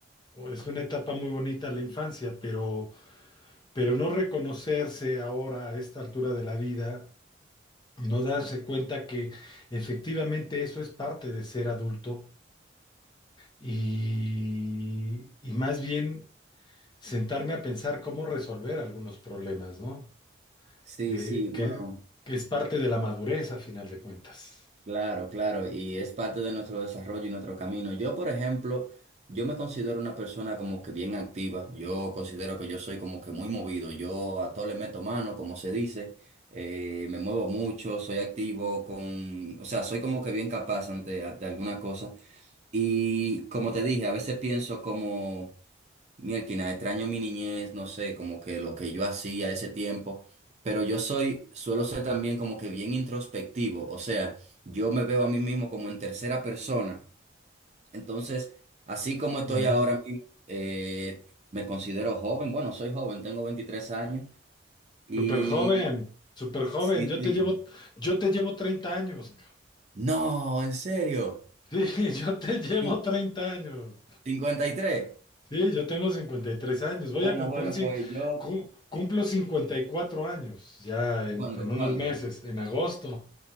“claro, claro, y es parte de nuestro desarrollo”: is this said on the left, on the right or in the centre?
Right